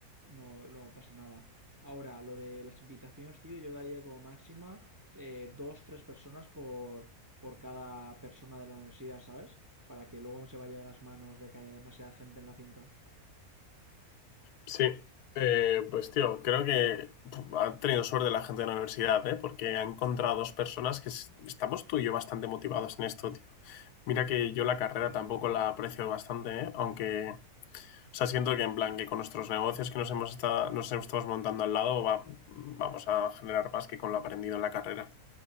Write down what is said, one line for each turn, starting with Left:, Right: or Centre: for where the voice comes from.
Right: no, no, no pasa nada. Ahora, lo de las invitaciones, tío, yo daría como máxima eh, dos, tres personas por, por cada persona de la universidad, ¿sabes? Para que luego no se vaya de las manos de que haya demasiada gente en la finca.
Left: Sí, eh, pues tío, creo que pf, ha tenido suerte la gente de la universidad, ¿eh? porque ha encontrado dos personas que s- estamos tú y yo bastante motivados en esto, tío. Mira que yo la carrera tampoco la aprecio bastante, ¿eh? aunque, o sea, siento que en plan que con nuestros negocios que nos hemos estado, nos hemos estado montando al lado va- vamos a generar más que con lo aprendido en la carrera.